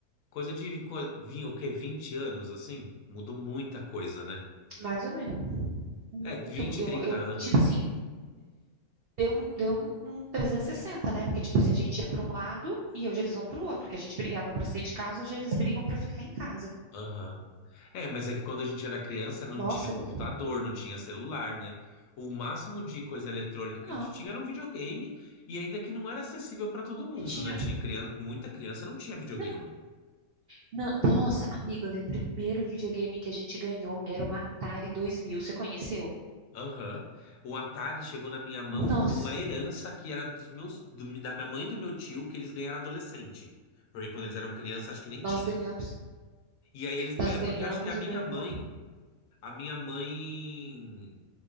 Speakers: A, on the left; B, on the right.
A: coisa de co- vin- o quê? vinte anos, assim? Mudou muita coisa, né?
B: mais ou menos. Muito,
A: É, 20,
B: eu,
A: 30
B: eu,
A: anos,
B: tipo
A: né?
B: assim, deu, um- deu um, um 360 né? Porque, tipo assim, a gente ia para um lado e hoje eles vão para o outro. Porque a gente brigava para sair de casa, hoje eles brigam para ficar em casa.
A: Aham. É, mas é que quando a gente era criança não
B: Nossa,
A: tinha computador,
B: de-
A: não tinha celular, né? O máximo de coisa eletrônica que
B: não,
A: a gente tinha era um videogame e ainda que não era acessível para todo mundo,
B: que tinha.
A: né? Tinha criança, muita criança não tinha videogame.
B: Não, não, nossa, amigo, olha, o primeiro videogame que a gente ganhou era uma Atari dois mil Você conheceu?
A: Aham. O Atari chegou na minha mão
B: Nossa,
A: como uma herança que era dos meus, do- da minha mãe e do meu tio que eles ganharam adolescente. Porque quando eles eram crianças, acho que nem tinha.
B: nós ganhamos,
A: E aí eles,
B: nós
A: é,
B: ganhamos
A: porque acho que a minha
B: o meu irmão.
A: mãe, a minha mãe,